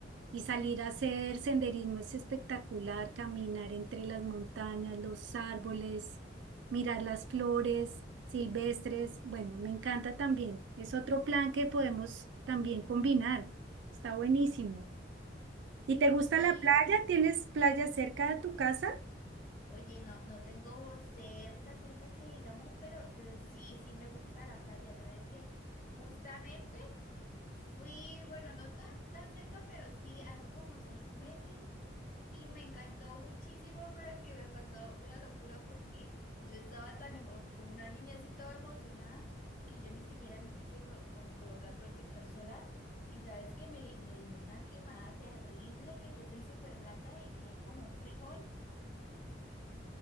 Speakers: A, on the right; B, on the left.
A: y salir a hacer senderismo es espectacular, caminar entre las montañas, los árboles, mirar las flores silvestres. Bueno, me encanta también. Es otro plan que podemos también combinar. Está buenísimo. ¿Y te gusta
B: Sí,
A: la playa? ¿Tienes playa cerca de tu casa?
B: Oye, no, no tengo cerca, cerca que digamos, pero, pero sí, sí me gusta la playa, ¿sabes qué? Justamente fui, bueno, no tan, tan cerca, pero sí, hace como seis meses y me encantó muchísimo, pero que me pasó una locura porque yo estaba tan, emo- como una niña así toda emocionada que yo ni siquiera me quise pro- pon- colocar protector solar y sabes que me, me dio una quemada terrible, que yo soy súper blanca y quedé como un frijol.